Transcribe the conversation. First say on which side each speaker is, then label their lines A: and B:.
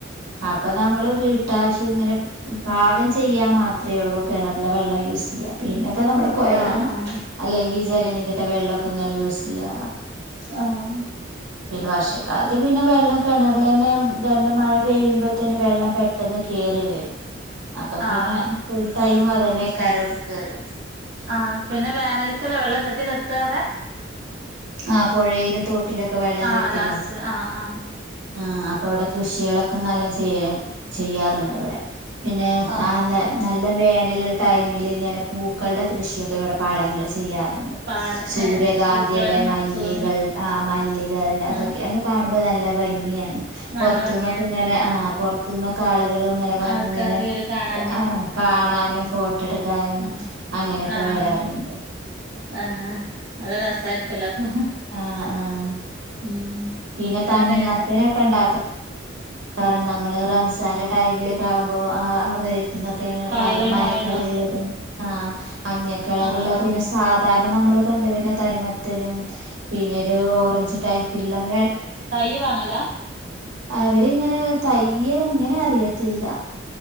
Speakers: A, on the right; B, on the right.
A: അപ്പൊ നമ്മള് വീട്ടാവശ്യം ഇങ്ങനെ പാകം ചെയ്യാ മാത്രെ ഉള്ളൂ കിണറിലെ വെള്ളം യൂസ് ചെയ്യാ പിന്നൊക്കെ നമ്മള് കൊയലും
B: ആഹ് ആഹ്
A: അല്ലെങ്കി ജലനിധിടെ വെള്ളൊക്കെ ഇങ്ങനെ യൂസ് ചെയ്യാ
B: ആഹ്
A: പിന്നെ വർഷക്കാലത്ത് പിന്നെ വെള്ളം കിണറിലന്നെ രണ്ട് മഴ പെയ്യുമ്പത്തെനും വെള്ളം പെട്ടെന്ന് കേറി വരും അപ്പൊ പിന്നെ
B: ആഹ്
A: ഫുൾ ടൈമും അതന്നെയക്കാരം
B: ഉം
A: എടുക്കാറ്
B: ആഹ് പിന്നെ വേനല്ക്കല്ലേ വെള്ളം കെട്ടി നിർത്ത അവിടെ
A: ആഹ് പുഴയിലും തോട്ടിലൊക്കെ വെള്ളം
B: ആഹ്
A: കെട്ടി
B: ലാസ്റ്റ്
A: നിർത്തും
B: ആഹ് ആഹ്
A: ആഹ് അപ് പ്പ അവിടെ കൃഷികളൊക്കെ നല്ല ചെയ്യ ചെയ്യാറുണ്ട് അവിടെ പിന്നെ
B: ആഹ്
A: അന്ന
B: ആഹ്
A: നൽ നല്ല വേനല് ടൈമില് ഇങ്ങനെ പൂക്കളുടെ കൃഷിയൊക്കെ ഇവിടെ പാടങ്ങൾല് ചെയ്യാറുണ്ട്.
B: പാട
A: സൂര്യകാന്തി
B: ഏഹ് പൂക്കളല്ലേ
A: മല്ലികൾ
B: ചോര
A: ആഹ് മല്ലികളണ്ട് അതൊക്കെ
B: ആഹ്
A: അത് കാണുമ്പൊ നല്ല ഭംഗിയാണ്
B: നല്ല
A: പൊറത്ത്ന്നൊക്ക
B: ഭംഗിയായിരിക്കുംല്ലേ
A: ഇങ്ങനെ ആഹ് പൊറത്ത്ന്ന് ഒക്ക ആളുകള് ഇങ്ങനെ വന്ന്
B: ആൾക്കാര്
A: ഇങ്ങനെ
B: വരും കാണാന്
A: ആഹ് കാണാനും ഫോട്ട ഇട്ക്കാനും
B: ആഹ്
A: അങ്ങനൊക്കെ
B: ആഹ്
A: വരാറ്ണ്ട്
B: ആഹ് നല്ല രസയ്ര്ക്കുലെ അപ്പൊ
A: ആഹ് ആഹ്
B: ഉം
A: പിന്ന
B: വേറെങ്ങ
A: തണ്ണി മത്തനൊക്ക ഇണ്ടാക്ക കാര്ണ നമ്മളെ റംസാന്റെ ടൈമില് ക്കാവുമ്പൊ ആഹ് അവ ഇവരര്ത്തൊന്നൊക്കേണ്
B: കായ്കൾ
A: വാങ്ങ
B: ഇണ്ടാവേണ്ടോ
A: മഞ്ഞക്കളറള്ളതും ആഹ് മഞ്ഞ കളറ്ള്ളതും
B: ആഹ് ആഹ്
A: പിന്നെ സാധാര്ണ നമ്മള് കണ്ട് വര്ണ തണിമത്തനും പിന്നൊരു ഓ റഞ്ച് ടൈയ്പ്പില്ല ഏഹ്
B: തയ്യ് വാങ്ങലാ
A: അവരിങ്ങനെ തയ്യ് എങ്ങനാ അറിയത്തില്ല